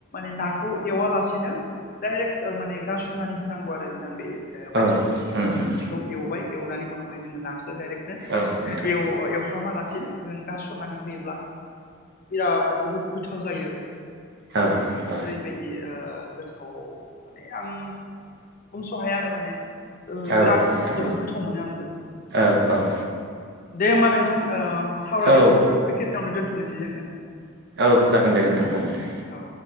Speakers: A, on the left; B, on the right.
A: नाखौ एवा लासेनो डाइरेक्ट माने गारसनानै होनांगौ आरो आं बे माइसुन्द्रि
B: उम उम
A: सिखौ एवबाय एवनानै उनावहाय जोङो ना खो डाइरेकनो
B: औ नोंथां
A: एव एवफ्रामा लासिनो नो गारसननानै होयोब्ला बिराद जोबोद गोथाव जायो आरो
B: औ औ
A: ओरैबायदि ओ गोथाव माने आं बुंस' हाया आरो माने ओ
B: औ
A: बिराद
B: नोंथां
A: जोबोद गोथाव मोनो आंबो
B: औ
A: नोंथां
B: औ
A: दे होमबा नोंथां ओ सावरायनायखौ
B: औ
A: <unintelligible> नावनो दोन्थ'नोसै जोङो
B: औ जागोन दे नोंथां जागोन दे
A: औ